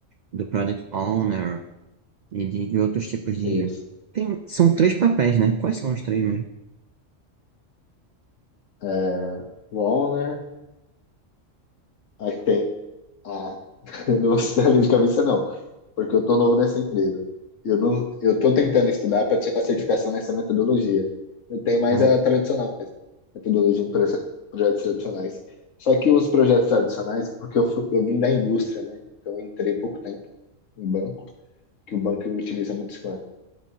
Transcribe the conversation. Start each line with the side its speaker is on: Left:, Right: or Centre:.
Right: do Product Owner e de, de outros tipos de.
Left: isso,
Right: Tem, são três papéis, né? Quais são os três mesmo?
Left: é, o owner, aí tem, ah, <laughs> eu não vou saber de cabeça não, porque eu tô novo nessa empresa. Eu não, eu tô tentando estudar para tirar a certificação nessa metodologia. Eu tenho mais
Right: Ah,
Left: a tradicional, mesmo, metodologia em proje- projetos tradicionais. Só que os projetos tradicionais, porque eu, fui, eu vim da indústria, né? Então eu entrei pouco tempo em banco, que o banco utiliza muito Scrum.